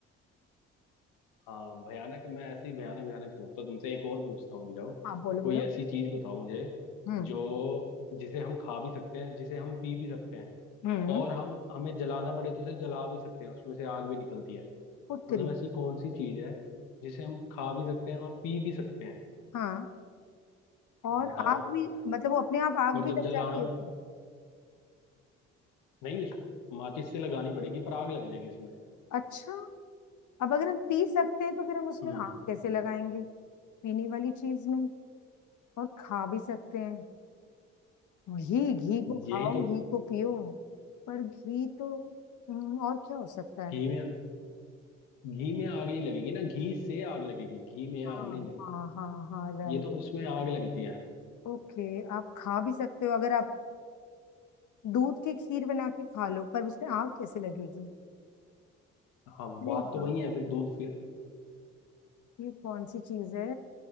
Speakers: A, on the left; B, on the left.
A: हाँ भयानक मैं ऐसे ही भयानक भयानक पूछता हूँ तुमसे एक और पूछता हूँ रुक जाओ
B: हाँ बोलो
A: कोई
B: बोलो
A: ऐसी चीज बताओ मुझे
B: हम्म
A: जो जिसे हम खा भी सकते हैं जिसे हम पी भी सकते हैं
B: हम्म
A: और हम हमें जलाना पड़े तो उसे जला भी सकते हैं उसमें से आग भी निकलती है
B: पुत्री
A: मतलब ऐसी कौन सी चीज है जिसे हम खा भी सकते हैं और पी भी सकते हैं
B: हाँ और
A: बताओ
B: आग भी मतलब वो अपने आप आग
A: और
B: भी
A: जब
B: लग
A: जलाना
B: जाती है उसमें
A: नहीं उस माचिस से लगानी पड़ेगी पर आग लग जाएगी उसमें
B: अच्छा अब अगर हम पी सकते हैं तो फिर हम उसमें
A: हम्म
B: आग कैसे लगाएंगे पीने वाली चीज में और खा भी सकते हैं वही घी को खाओ
A: यही तो
B: घी को पियो पर घी तो हम्म, और क्या हो सकता है
A: घी में घी में आग नहीं लगेगी ना घी से आग लगेगी घी में
B: हाँ
A: आग नहीं लगेगी
B: हाँ हाँ हाँ राइट
A: ये तो उसमें आग लगती है
B: ओके आप खा भी सकते हो अगर आप दूध की खीर बना के खा लो पर उसमें आग कैसे लगेगी
A: हाँ
B: अरे
A: बात तो
B: वाह,
A: वही है फिर दूध फिर
B: ये कौन सी चीज है